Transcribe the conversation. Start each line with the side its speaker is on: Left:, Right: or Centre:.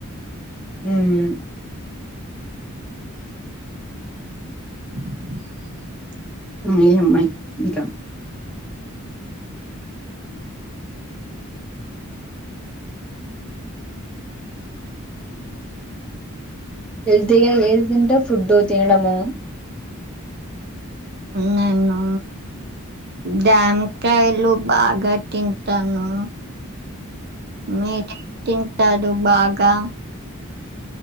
Centre: హ్మ్మ్
Right: <inaudible>
Centre: మీమ్మాయి ఇంకా
Right: <inaudible>
Centre: హెల్తీగా ఏది తింటావ్ ఫుడ్డు తినడము
Right: నేను డ్యాంకాయలు బాగా తింటాను మీరు తింటారు బాగా